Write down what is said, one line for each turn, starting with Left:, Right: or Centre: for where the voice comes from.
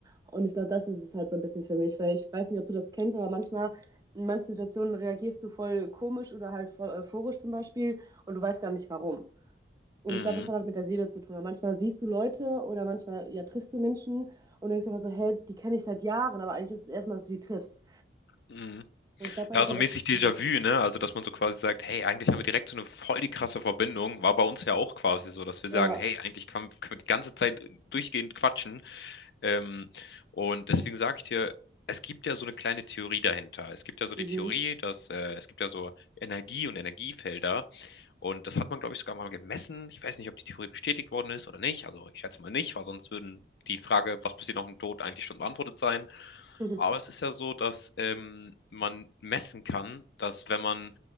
Right: Und ich glaube, das ist es halt so ein bisschen für mich, weil ich weiß nicht, ob du das kennst, aber manchmal in manchen Situationen reagierst du voll komisch oder halt voll euphorisch zum Beispiel und du weißt gar nicht warum. Und
Left: Mhm.
Right: ich glaube, das hat halt mit der Seele zu tun. Weil manchmal siehst du Leute oder manchmal ja triffst du Menschen und denkst einfach so, hey, die kenne ich seit Jahren, aber eigentlich ist es erstmal, dass du die triffst.
Left: Mhm.
Right: Und ich glaube halt,
Left: Ja,
Right: das
Left: so
Right: hat
Left: mäßig
Right: irgendwie
Left: Déjà-vu,
Right: Probleme.
Left: ne? Also, dass man so quasi sagt, hey, eigentlich haben wir direkt so eine voll die krasse Verbindung. War bei uns ja auch quasi so, dass wir
Right: Ja,
Left: sagen, hey, eigentlich kann, können wir die ganze Zeit durchgehend quatschen. Ähm, und deswegen sage ich dir, es gibt ja so eine kleine Theorie dahinter. Es gibt ja so die
Right: mhm.
Left: Theorie, dass äh, es gibt ja so Energie und Energiefelder. Und das hat man, glaube ich, sogar mal gemessen. Ich weiß nicht, ob die Theorie bestätigt worden ist oder nicht. Also ich schätze mal nicht, weil sonst würden die Frage, was passiert nach dem Tod, eigentlich schon beantwortet sein.
Right: <laughs>
Left: Aber es ist ja so, dass ähm, man messen kann, dass wenn man